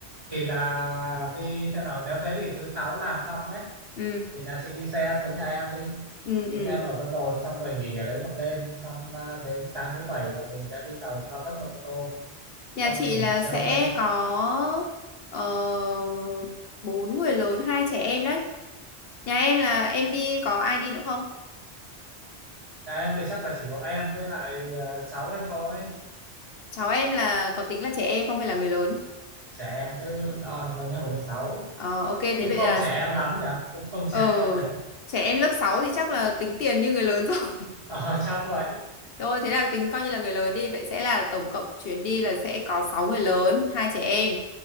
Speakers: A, on the right; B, on the left.
A: thì là đi xem nào nếu thế thì thứ sáu làm xong ấy
B: ừ
A: thì nhà chị đi xe xuống nhà em đi.
B: ừ ừ
A: Xuống nhà em ở Vân Đồn xong rồi nghỉ ở đấy một đêm xong à, đến sáng thứ bảy là mình sẽ đi tàu cao tốc ra Cô Tô xong
B: nhà chị
A: mình
B: là
A: chơi.
B: sẽ có uh, bốn người lớn hai trẻ em đấy nhà em là em đi có ai đi nữa không
A: Nhà em thì chắc là chỉ có em với lại à, cháu em thôi.
B: cháu em là có tính là trẻ em không hay là người lớn
A: Trẻ em chứ đo năm nay mới học lớp sáu
B: Ờ ok thế
A: Cũng
B: vậy
A: không
B: là
A: trẻ em lắm nhỉ, cũng không
B: ờ
A: trẻ em lắm.
B: trẻ em lớp 6 thì chắc là tính tiền như người lớn rồi.
A: Ờ, <laughs> chắc vậy.
B: <laughs> Rồi thế là tính coi như là người lớn đi, vậy sẽ là tổng cộng chuyến đi là sẽ có 6 người lớn, hai trẻ em.